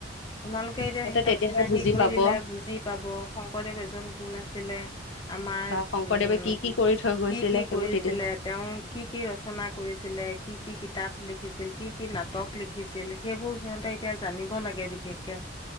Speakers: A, on the left (about 25°); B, on the left (about 80°).
A: তোমালোকে এতিয়া
B: তাতে
A: সিহঁতক
B: তেতিয়াহে
A: চিনাকি
B: বুজি
A: কৰি
B: পাব
A: দিলেহে
B: বা
A: বুজি পাব। শংকৰদেৱ এজন কোন আছিলে ইহ্ আমাৰ
B: শংকৰদেৱে
A: হুম উ
B: কি
A: উ।
B: কি কৰি থৈ গৈছিলে
A: কি কি
B: সেইবোৰ
A: কৰিছিলে।
B: তেতিয়া
A: তেওঁ কি কি ৰচনা কৰিছিলে কি কি কিতাপ লিখিছিল কি কি নাটক ল কিজে লিখে সেইবোৰ সিহঁতে এতিয়া জানিব লাগে বিশেষকে